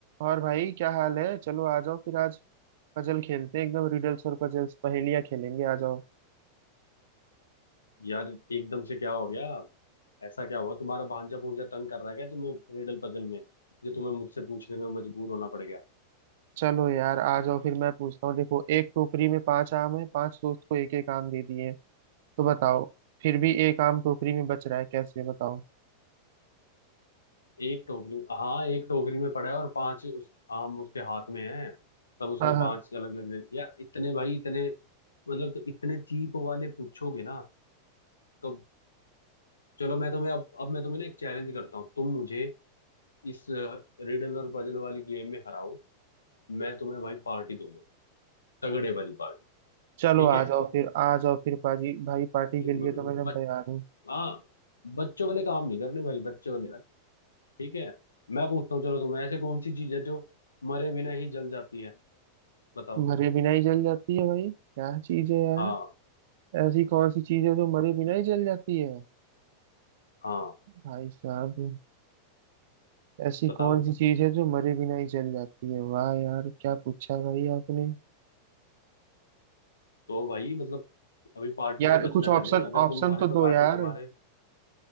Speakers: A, on the right; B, on the left.
A: और भाई क्या हाल है चलो आ जाओ फिर आज पजल खेलते हैं एकदम रिडल्स और पजल्स पहेलियां खेलेंगे आ जाओ
B: यार एकदम से क्या हो गया ऐसा क्या हुआ तुम्हारा भांजा भूंजा तंग कर रहा है क्या तुम्हें रिडल पजल में जो तुम्हें मुझसे पूछने में मजबूर होना पड़ गया
A: चलो यार आ जाओ फिर मैं पूछता हूँ देखो एक टोकरी में पांच आम है पांच दोस्त को एक एक आम दे दिए तो बताओ फिर भी एक आम टोकरी में बच रहा है कैसे बताओ
B: एक टोकरी हाँ एक टोकरी में पड़ा है और पांच उस, आम उसके हाथ में है तब उसने
A: हाँ हाँ
B: पांच अलग अलग दे यार इतने भाई इतने मतलब तो इतने चीप वाले पूछोगे ना तो चलो मैं तुम्हें अब अब मैं तुम्हें ना एक चैलेंज करता हूँ तुम मुझे इस रिडल और पजल वाली गेम में हराओ मैं तुम्हें भाई पार्टी दूंगा तगड़े वाली पार्टी
A: चलो
B: ठीक
A: आ
B: है
A: जाओ फिर आ जाओ फिर पाजी भाई पार्टी के
B: मतलब
A: लिए तो मैं एकदम तैयार हूँ
B: हाँ बच्चों वाले काम नहीं करने भाई बच्चों वाले ठीक है मैं पूछता हूँ चलो तुम्हें ऐसे कौन सी चीज है जो मरे बिना ही जल जाती है बताओ
A: मरे बिना ही जल जाती है भाई क्या चीज है यार
B: हाँ
A: ऐसी कौन सी चीज है जो मरे बिना ही जल जाती है
B: हाँ
A: भाई साहब ऐसी
B: बताओ
A: कौन सी चीज है जो मरे बिना ही जल जाती है वाह यार क्या पूछा भाई आपने
B: तो भाई मतलब अभी पार्टी
A: यार
B: से बचना
A: कुछ
B: है मैंने
A: ऑप्शन
B: अगर
A: ऑप्शन
B: तुम हारे
A: तो
B: तो पार्टी
A: दो यार
B: तुम्हारे